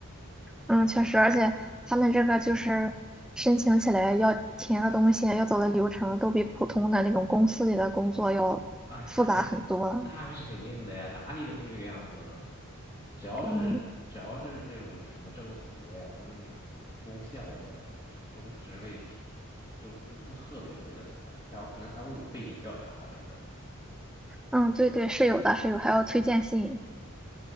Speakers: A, in the centre; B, on the left.
A: 嗯，确实，而且他们这个就是申请起来要填的东西，要走的流程都比普通的那种公司里的工作要复杂很多，
B: 啊，那肯那是肯定的呀，哪里都是这个样子。只要是只要是这种什么政府的呀、
A: 嗯
B: 公公校的呀，这种职位都都都特别特别的复杂，然后可能还会有背景调查什么的。
A: 嗯，对对，是有的，是有，还要推荐信，